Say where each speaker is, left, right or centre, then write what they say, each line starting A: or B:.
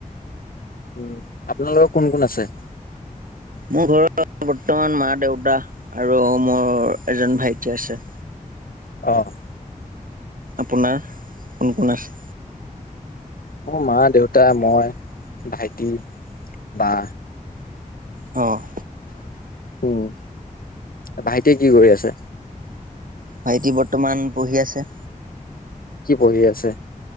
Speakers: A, on the left; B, on the right.
A: উম, আপোনালোকৰ কোন কোন আছে?
B: মোৰ ঘৰত বৰ্তমান মা দেউতা আৰু মোৰ এজন ভাইটি আছে।
A: অ'।
B: আপোনাৰ কোন কোন আছে?
A: মোৰ মা, দেউতা, মই, ভাইটি, বা।
B: অ'।
A: উম, ভাইটিয়ে কি কৰি আছে?
B: ভাইটি বৰ্তমান পঢ়ি আছে।
A: কি পঢ়ি আছে?